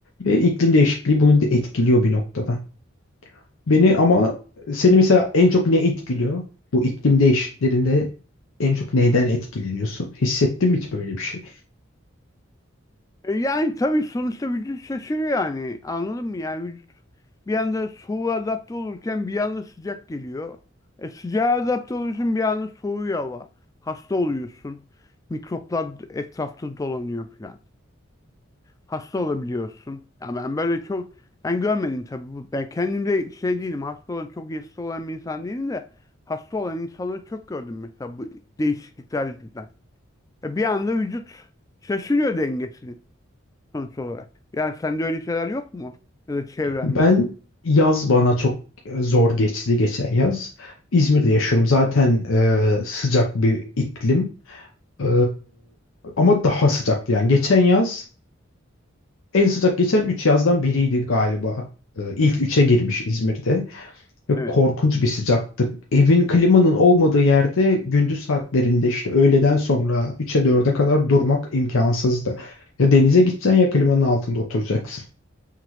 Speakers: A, on the left; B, on the left.
A: Ve iklim değişikliği bunu de etkiliyor bir noktada. Beni ama seni mesela en çok ne etkiliyor? Bu iklim değişikliklerinde en çok neyden etkileniyorsun? Hissettin mi hiç böyle bir şey?
B: E, yani tabii sonuçta vücut şaşırıyor yani. Anladın mı? Yani vücut bir anda soğuğa adapte olurken bir anda sıcak geliyor. E, sıcağa adapte oluyorsun bir anda soğuyor hava. Hasta oluyorsun. Mikroplar etrafta dolanıyor falan. hasta olabiliyorsun. Ya ben böyle çok ben görmedim tabii bu. Ben kendimde şey değilim. Hasta olan çok iyi hasta olan bir insan değilim de hasta olan insanları çok gördüm mesela bu değişiklikler yüzünden. E bir anda vücut şaşırıyor dengesini sonuç olarak. Yani sende öyle şeyler yok mu? Ya da çevrende.
A: Ben yaz bana çok e, zor geçti geçen yaz. İzmir'de yaşıyorum. Zaten e, sıcak bir iklim. E, ama daha sıcaktı yani. Geçen yaz en sıcak geçen 3 yazdan biriydi galiba. E, ilk üçe girmiş İzmir'de. Ve
B: Evet.
A: korkunç bir sıcaktı. Evin klimanın olmadığı yerde gündüz saatlerinde işte öğleden sonra 3'e dörde kadar durmak imkansızdı. Ya denize gideceksin ya klimanın altında oturacaksın.